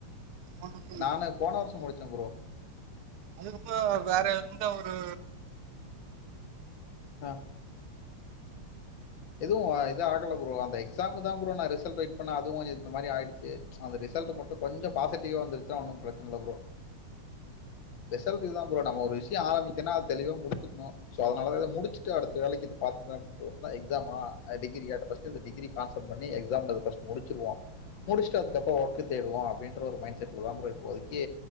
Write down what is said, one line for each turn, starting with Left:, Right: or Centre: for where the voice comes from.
Right: இந்த வருஷம்
Left: நான் போன வருஷம் முடிச்சேன் ப்ரோ
Right: அதுக்கப்புறோ வேற எந்த ஒரு
Left: ஆ எதுவு இது ஆகல ப்ரோ எக்ஸ் ம்முகாக தா ப்ரோ நா ரிசல்ட் வெய்ட் பண்ண அதுவு இந்த மாரி ஆயிடுச்ச அந்த ரிசல்ட் மட்டு கொஞ்சோ பாசிட்டிவ வந்துச்சன்னா ஒன்னு பிரச்சன இல்ல ப்ரோ ரிசல்ட்க்குதா ப்ரோ நம்ம ஒரு விஷய ஆரம்பிக்கன்னா அத தெளிவா முடிச்சுன்னு சோ அதனால முடிச்சுட்டு அடுத்த வேலைக்கு பாத்துலாம்ப்பட எக்ஸாமா டிகிரியா பர்ஸ்ட் அந்த டிகிரி கான்சல்ட பண்ணி எக்ஸாம் பர்ஸ்ட் முடிச்சிருவோ முடிச்சுட்டு அதுக்கப்புறோ ஒர்க் தேடுவோ அப்டின்ற ஒரு மைண்ட் செய்வதா ப்ரோ இப்போதைக்கு